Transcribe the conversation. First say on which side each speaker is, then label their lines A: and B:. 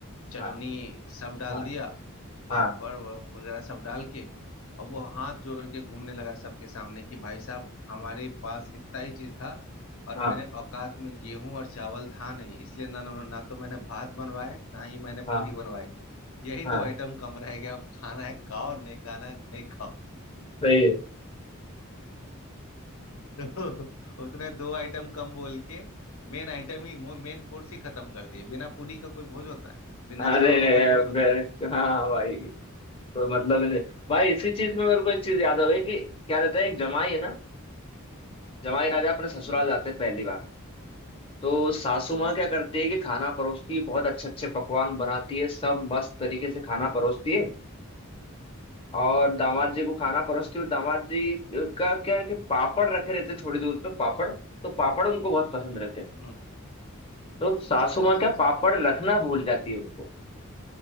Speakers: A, on the left (about 70°); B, on the left (about 25°).
A: चटनी
B: हाँ
A: सब डाल
B: हाँ
A: दिया पापड़
B: हाँ
A: व- वगैरह सब डाल के और वो हाथ जोड़ के घूमने लगा सबके सामने कि भाई साहब हमारे पास इतना ही चीज था और मेरे
B: हाँ
A: औकात में गेहूं और चावल था नहीं इसलिए ना ना तो मैंने भात बनवाए ना ही मैंने
B: हाँ
A: पूरी बनवाई यही
B: हाँ
A: दो आइटम कम रह गया अब खाना है खाओ नहीं खाना है नहीं खाओ
B: सही है
A: तो <laughs> उसने दो आइटम कम बोल के मेन आइटम ही मेन कोर्स ही खत्म कर दिए बिना पूरी का कोई भोज होता है बिना
B: अरे
A: चावल का कोई भोज होता
B: बे-
A: है
B: हाँ भाई कोई मतलब ही नहीं भाई इसी चीज में मेरे को एक चीज याद आ गई कि क्या रहता है एक जमाई है ना जमाई राजा अपने ससुराल
A: हम्म
B: जाते हैं पहली बार तो सासू
A: हम्म
B: माँ क्या करती है कि खाना परोसती है बहुत अच्छे अच्छे पकवान बनाती है सब मस्त तरीके से खाना परोसती है और दामाद
A: हम्म
B: जी को खाना परोसती हूँ दामाद जी का क्या है कि पापड़ रखे रहते थोड़ी दूर पे पापड़ तो पापड़ उनको बहुत पसंद रहते हैं
A: हम्म
B: तो सासू माँ
A: अच्छा
B: क्या
A: अच्छा
B: पापड़
A: अच्छा
B: रखना भूल जाती है उनको